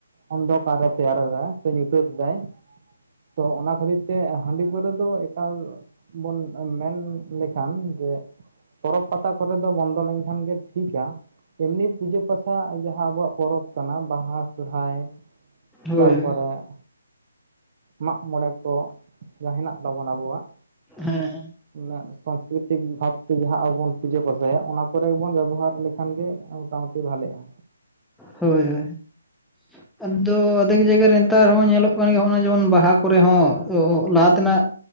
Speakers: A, on the right; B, in the centre.
A: ᱚᱱᱫᱷᱚᱠᱟᱨ ᱮ ᱛᱮᱭᱟᱨ ᱮᱫᱟ ᱥᱮ ᱧᱩᱛᱟᱹᱛ ᱮᱫᱟᱭ, ᱛᱚ ᱚᱱᱟ ᱠᱷᱟᱹᱛᱤᱨ ᱛᱮ ᱦᱟᱺᱰᱤ ᱯᱟᱹᱣᱨᱟᱹ ᱫᱚ ᱮᱠᱟᱞ, ᱵᱚᱱ ᱢᱮᱱ ᱞᱮᱠᱷᱟᱱ ᱡᱮ, ᱯᱚᱨᱚᱵᱽ ᱯᱟᱛᱟ ᱠᱚᱨᱮ ᱫᱚ ᱵᱚᱱᱫᱚ ᱞᱮᱱᱠᱷᱟᱱ ᱜᱮ ᱴᱷᱤᱠᱟ᱾ ᱮᱢᱱᱤ ᱯᱩᱡᱟᱹ ᱯᱟᱥᱟ ᱡᱟᱸᱦᱟ ᱟᱵᱚᱣᱟᱜ ᱯᱚᱨᱚᱵᱽ ᱠᱟᱱᱟ ᱵᱟᱦᱟ᱾ ᱥᱚᱨᱦᱟᱭ
B: ᱦᱳᱭ ᱦᱳᱭ
A: ᱛᱟᱨᱯᱚᱨᱮᱼᱼ
B: ᱦᱳᱭ
A: ᱢᱟᱜ ᱢᱚᱸᱬᱮ ᱠᱚ ᱡᱟᱸᱦᱟ ᱦᱮᱱᱟᱜ ᱛᱟᱵᱚᱱᱟ ᱟᱵᱚᱣᱟᱜ
B: ᱦᱮᱸ ᱦᱮᱸ
A: ᱩᱱᱟᱹᱜ ᱼᱼ ᱯᱨᱟᱠᱨᱤᱛᱤᱠ ᱵᱷᱟᱵᱽ ᱛᱮ ᱡᱟᱸᱦᱟ ᱟᱵᱚ ᱵᱚᱱ ᱯᱩᱡᱟᱹ ᱯᱟᱥᱟᱭᱟ ᱚᱱᱟ ᱠᱚᱨᱮ ᱜᱮ ᱵᱚᱱ ᱵᱮᱵᱚᱦᱟᱨ ᱞᱮᱠᱷᱟᱱ ᱜᱮ ᱢᱚᱴᱟᱢᱩᱴᱤ ᱵᱷᱟᱞᱮᱜ-ᱟ᱾
B: ᱦᱳᱭ ᱦᱳᱭ, ᱟᱫᱚ ᱟᱫᱷᱮᱠ ᱡᱟᱭᱜᱟ ᱨᱮ ᱱᱮᱛᱟᱨ ᱦᱚᱸ ᱧᱮᱞᱚᱜ ᱠᱟᱱ ᱜᱮᱭᱟ ᱡᱮᱢᱚᱱ ᱵᱟᱦᱟ ᱠᱚᱨᱮ ᱦᱚᱸ ᱞᱟᱦᱟ ᱛᱮᱱᱟᱜᱼᱼ